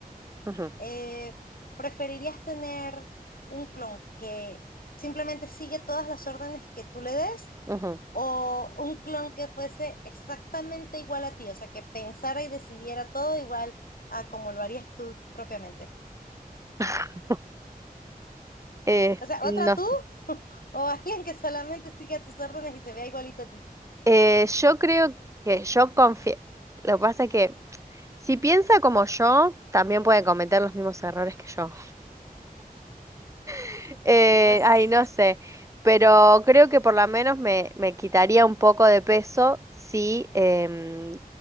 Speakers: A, on the right; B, on the left.
A: Ujú,
B: eh, ¿preferirías tener un clon que simplemente sigue todas las órdenes que tú le des
A: ujú.
B: o un clon que fuese exactamente igual a ti? O sea, que pensara y decidiera todo igual a como lo harías tú propiamente.
A: <laughs> Eh,
B: O sea,
A: no
B: otra tú o alguien que solamente siga tus órdenes y se vea igualito a ti.
A: Eh, yo creo que yo confío. Lo que pasa es que si piensa como yo, también puede cometer los mismos errores que yo. <laughs> Eh,
B: Pues
A: ay, no
B: es-
A: sé. Pero creo que por lo menos me, me quitaría un poco de peso si em,